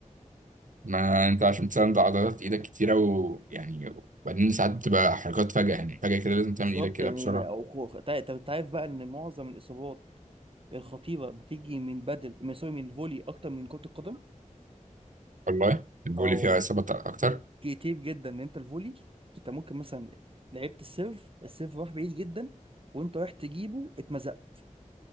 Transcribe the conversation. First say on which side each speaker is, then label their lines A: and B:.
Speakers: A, on the right (about 75°); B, on the right (about 45°).
A: ما أنت عشان تساند عضلات إيدك كتيرة ويعني وبعدين ساعات بتبقى حركات فجأة يعني فجأة كده لازم تعمل
B: بالظبط
A: إيدك كده
B: يعني
A: بسرعة
B: او خو- تع- طب انت عارف بقى ان معظم الاصابات الخطيره بتيجي من بدل من سوري من الفولي اكتر من كره القدم
A: والله الفولي
B: اه والله
A: فيها إصابات أكتر
B: كتير جدا ان انت الفولي انت ممكن مثلا لعبت السيرف السيرف راح بعيد جدا وانت رايح تجيبه اتمزقت